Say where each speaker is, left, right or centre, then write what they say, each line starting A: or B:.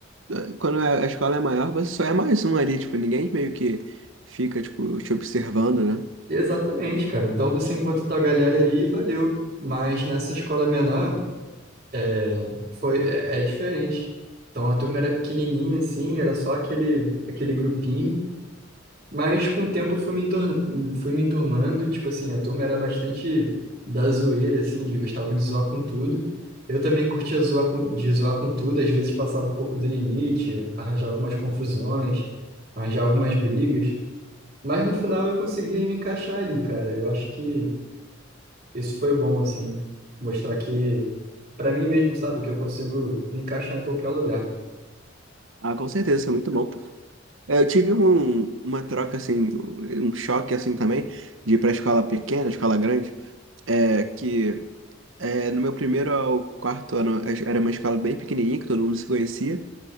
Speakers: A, on the right; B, on the right.
A: É, Quando a a escola é maior, você só é mais um ali, tipo, ninguém meio que fica, tipo, te observando, né?
B: Exatamente, cara. Então você encontra tua galera ali e valeu. Mas nessa escola menor, é, foi, é, é diferente. Então a turma era pequenininha, assim, era só aquele, aquele grupinho. Mas com o tempo eu fui me entor- fui me enturmando, e, tipo assim, a turma era bastante da zoeira, assim, eles gostavam de zoar com tudo. Eu também curtia zoar com- de zoar com tudo, às vezes passava um pouco do limite, arranjava umas confusões, arranjava umas brigas. Mas no final eu consegui me encaixar ali, cara. Eu acho que isso foi bom, assim, mostrar que, pra mim mesmo, sabe, que eu consigo me encaixar em qualquer lugar.
A: Ah, com certeza, isso é muito bom. É, eu tive um, uma troca, assim, um choque, assim, também, de ir pra escola pequena, escola grande, é, que é, no meu primeiro ao quarto ano é, era uma escola bem pequenininha, que todo mundo se conhecia,